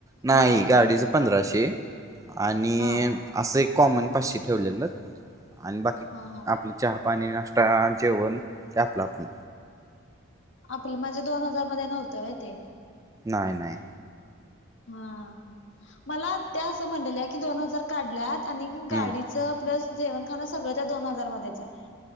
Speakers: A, on the right (about 15°); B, on the left (about 70°).
A: नाही
B: हा
A: गाडीच पंधराशे आणि
B: हा
A: अस एक कॉमन पाचशे ठेवलेलं आणि बा क
B: हा हा
A: आपलं चहा पाणी नाश्ता जेवण ते आपलं आपण
B: आपलं म्हणजे दोन हजार मध्यें नव्हतं माहिती आहे
A: नाहीं नाहीं
B: हां मलां त्यां असं म्हणलेल्यां कि दोन हजार काढल्यांत आणि
A: हम्म
B: गाडीचं प्लसं जेवणं खावणं सगळं त्यां दोन हजार मध्येचं आहे